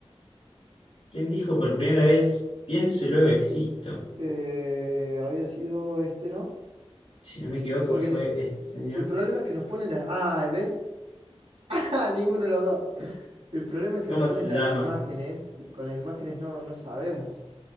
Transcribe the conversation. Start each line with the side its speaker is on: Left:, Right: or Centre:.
Left: ¿Quién dijo por primera vez, pienso y luego existo?
Right: Eh, había sido este, ¿no?
Left: Si no me equivoco,
Right: Porque
Left: fue
Right: no,
Left: este señor.
Right: el problema es que nos ponen las... Ay, ¿ves? <laughs> Ja, ninguno de los dos. El problema es que
Left: ¿Cómo
Right: nos ponen
Left: se
Right: las
Left: llama?
Right: imágenes y con las imágenes no, no sabemos.